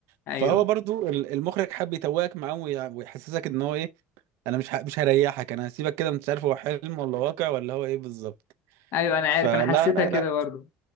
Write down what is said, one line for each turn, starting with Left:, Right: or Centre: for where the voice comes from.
Left: ايوه
Right: فهو برضو ال- المخرج حب يتوهك معاهم ويع- ويحسسك ان هو ايه انا مش ه- مش هريحك انا هسيبك كده مش عارف هو حلم ولا واقع ولا هو ايه بالظبط
Left: ايوه انا عارف
Right: فلا
Left: انا حسيتها
Right: لا
Left: كده
Right: لا
Left: برضه